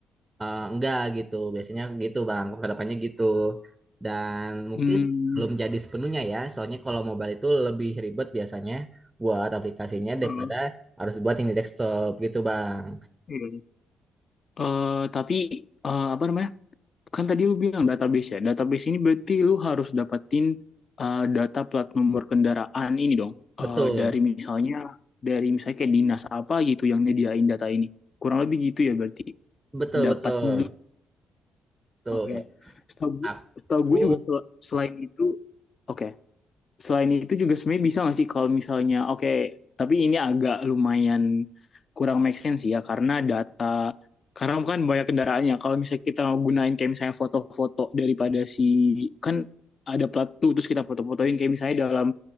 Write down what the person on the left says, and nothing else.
hmm.
Ah,
iya. Eh, tapi eh, apa namanya Kan tadi lu bilang database ya. Database ini berarti lu harus dapatin uh, data plat nomor kendaraan ini dong. Uh,
dari misalnya dari misalnya kayak dinas apa gitu yang nyediain data ini. Kurang lebih gitu ya berarti
dapat
dulu.
Oke. Setahu gue,
setahu gue juga sel- selain itu oke selain itu juga sebenarnya bisa nggak sih kalau misalnya oke okay, tapi ini agak lumayan kurang make sense ya karena data karena kan banyak kendaraannya kalau misalnya kita gunain kayak misalnya foto-foto daripada si kan ada plat tuh terus kita foto-fotoin kayak misalnya dalam